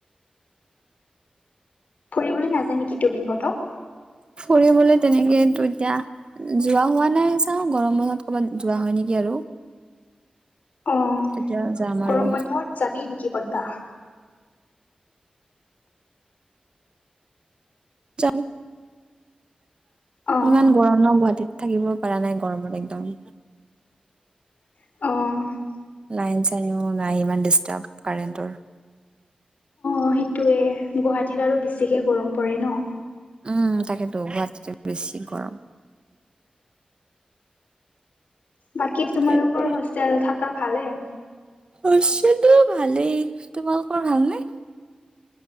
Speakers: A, on the left; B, on the right.
A: ফুৰিবলৈ নাযায় নেকি তুমি ক'তো?
B: ফুৰিবলৈ তেনেকেইটো এতিয়া যোৱা হোৱা নাই চাওঁ গৰম বন্ধত ক'ৰবাত যোৱা হয়, নেকি আৰু!
A: অ',
B: তেতিয়া যাম
A: গৰম
B: আৰু
A: বন্ধত যাবি নেকি ক'তবা?
B: <unintelligible>
A: অ
B: ইমান গৰম ন' গুৱাহাটীত? থাকিব পৰা নাই গৰমত একদম।
A: অ'।
B: লাইন চাইনো নাই, ইমান ডিষ্টাৰ্ব কাৰেণ্টৰ।
A: অ', সেইটোয়ে গুৱাহাটীত আৰু বেছিকে গৰম পৰে ন'!
B: উম, তাকেতো গুৱাহাটীত বেছি গৰম।
A: বাকী তোমালোকৰ
B: তাকে,
A: হোষ্টেল থকা ভালে?
B: হোষ্টেলটো ভালেই, তোমালোকৰ ভালনে?